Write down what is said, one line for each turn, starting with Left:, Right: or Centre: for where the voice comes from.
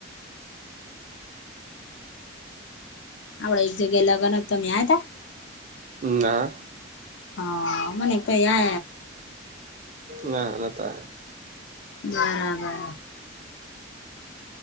Left: આવડ એક જગ્યા લગન તોમે આ હતા.
Right: ના.
Left: હા મને તો એ
Right: ના ન તો
Left: હમ.